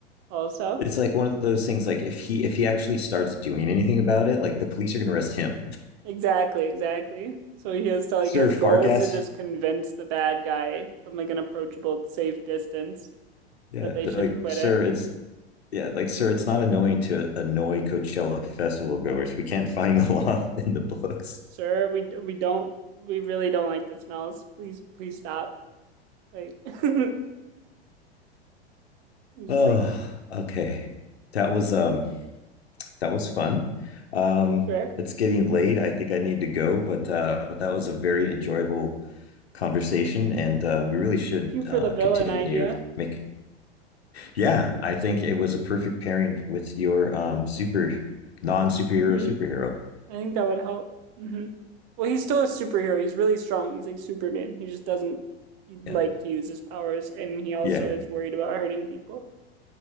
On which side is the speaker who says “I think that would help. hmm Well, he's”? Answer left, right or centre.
Right